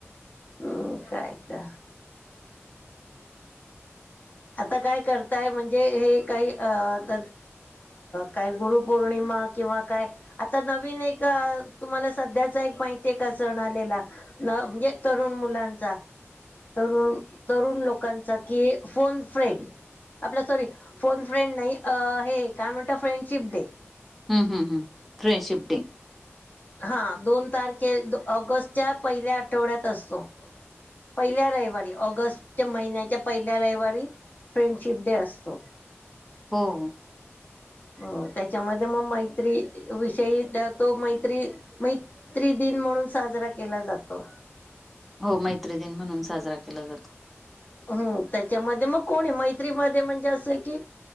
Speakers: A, on the left (about 40°); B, in the centre.
A: हम्, काय तर- आता काय करताय म्हणजे हे काही अ, आता काय, गुरुपौर्णिमा किंवा काय? आता नवीन एक, तुम्हाला सध्याचा एक माहितीये का सण आलेला? न म्हणजे, तरुण मुलांचा तरुण-तरुण लोकांचा की फोन फ्रेंड आपला... सॉरी, फोन फ्रेंड नाही. अं, हे काय म्हणता? Friendship day.
B: ह्म्म-ह्म्म, फ्रेंडशिप डे.
A: हा.. दोन तारखे ऑगस्टच्या पहिल्या आठवड्यात असतो. पहिल्या रविवारी, ऑगस्टच्या महिन्याच्या पहिल्या रविवारी फ्रेंडशिप डे असतो.
B: हो.
A: हो, त्याच्यामध्ये मग मैत्री विषयी त्या तो मैत्री मै त्रि दिन म्हणून साजरा केला जातो.
B: हो, मैत्री दिन म्हणून साजरा केला जातो.
A: हम्म, त्याच्यामध्ये मग कोण आहे मैत्रीमध्ये? म्हणजे असं की,